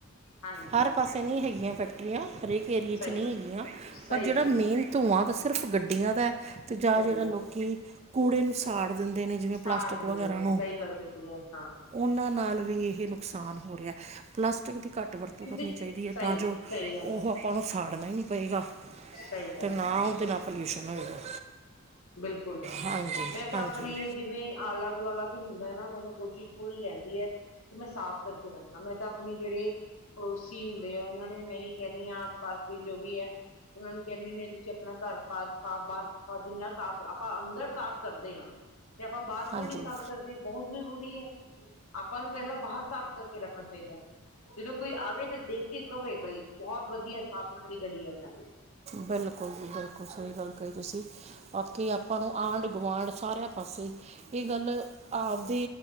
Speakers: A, on the left (about 70°); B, on the right (about 30°).
A: ਹਾਂਜੀ
B: ਹਰ ਪਾਸੇ ਨਹੀ ਹੈਗੀਆਂ ਫੈਕਟਰੀਆਂ ਹਰੇਕ ਏਰੀਏ
A: ਸਹੀ
B: ਚ ਨਹੀਂ ਹੈਗੀਆਂ
A: ਸਹੀ
B: ਪਰ ਜੇੜਾ
A: ਗੱਲ
B: ਮੇਨ
A: ਹੈ
B: ਧੂੰਆਂ ਤਾਂ ਸਿਰਫ ਗੱਡੀਆਂ ਦਾ ਅਤੇ ਜਾਂ
A: ਗੱਡੀਆਂ
B: ਜੇੜਾ ਲੋਕੀ ਕੂੜੇ ਨੂੰ ਸਾੜ ਦਿੰਦੇ ਨੇ ਜਿਵੇਂ
A: ਸਾੜ
B: ਪਲਾਸਟਿਕ
A: ਦਿੰਦੇ
B: ਵਗੈਰਾ
A: ਨੇ
B: ਨੂੰ
A: ਸਹੀ ਗੱਲ ਕੀਤੀ ਹੈ ਹਾਂ
B: ਉਹਨਾਂ ਨਾਲ ਵੀ ਇਹ ਨੁਕਸਾਨ ਹੋ ਰਿਹਾ ਪਲਾਸਟਿਕ ਦੀ ਘੱਟ ਵਰਤ ਤੋਂ
A: ਕਿਉਂਕਿ
B: ਘਟ ਕਰਨੀ ਚਾਈਦੀ ਹੈ
A: ਸਹੀ
B: ਤਾਂ ਜੋ
A: ਸਹੀ ਗੱਲ
B: ਉਹ ਆਪਾਂ ਨੂੰ ਸਾੜਨਾ ਹੀ ਨਹੀਂ ਪਏਗਾ
A: ਸਹੀਗੱਲ
B: ਅਤੇ ਨਾ
A: ਹੈ
B: ਉਹਦੇ ਨਾਲ ਪੋਲਿਊਸ਼ਨ ਹੋਏਗਾ
A: ਬਿਲਕੁੁਲ
B: ਹਾਂਜੀ
A: ਮੈਂ ਤਾਂ
B: ਹਾਂਜੀ
A: ਆਪਣੀ ਜਿਵੇਂ ਆਲਾ ਦੁਆਲਾ ਵੀ ਹੁੰਦਾ ਹੈ ਨਾ ਮੈਨੂੰ ਕੋਸ਼ਿਸ਼ ਪੂਰੀ ਰੈਂਦੀ ਹੈ ਤੇ ਮੈਂ ਸਾਫ਼ ਕਰਕੇ ਰੱਖਾਂ ਮੈਂ ਤਾਂ ਆਪਣੇ ਜੇੜੇ ਪੜੋਸੀ ਹੁੰਦੇ ਆ ਉਹਨਾਂ ਨੂੰ ਮੈਂ ਹੀ ਕੈਂਦੀ ਹਾਂ ਆਸ ਪਾਸ ਦੇ ਜੋ ਵੀ ਹੈ ਉਹਨਾਂ ਨੂੰ ਕੈਂਦੀ ਹੁਨੀ ਆਤੁਸੀਂ ਆਪਣਾ ਘਰ ਬਾਹਰ ਸਾਫ਼ ਬਾਹਰ ਜਿੰਨਾ ਸਾਫ਼ ਆਪਾਂ ਅੰਦਰ ਸਾਫ਼ ਕਰਦੇ ਹਾਂ ਤੇ ਆਪਾਂ ਬਾਹਰ
B: ਹਾਂਜੀ
A: ਕਿਉਂ ਨੀ ਸਾਫ਼ ਕਰਦੇ, ਬੋਤ ਜ਼ਰੂਰੀ ਐ। ਆਪਾਂ ਨੂੰ ਪੈਲਾਂ ਬਾਰ ਸਾਫ਼ ਕਰਕੇ ਰੱਖਣਾ ਚਾਈਦਾਂ ਐ। ਜਦੋਂ ਕੋਈ ਆਵੇ ਤਾਂ ਦੇਖ ਕੇ ਕਵੇ, ਬਈ ਬੋਤ ਵਧੀਆ ਸਾਫ਼ ਸੁਥਰੀ ਗਲੀ। ਹੈ ਇਹਨਾਂ ਦੀ
B: ਬਿਲਕੁਲ ਜੀ ਬਿਲਕੁਲ ਸਹੀ ਗੱਲ ਕਹੀ ਤੁਸੀਂ। ਬਾਕੀ ਆਪਾਂ ਨੂੰ ਆਂਢ ਗੁਆਂਢ ਸਾਰਿਆਂ ਪਾਸੇ ਇਹ ਗੱਲ ਆਪਦੇ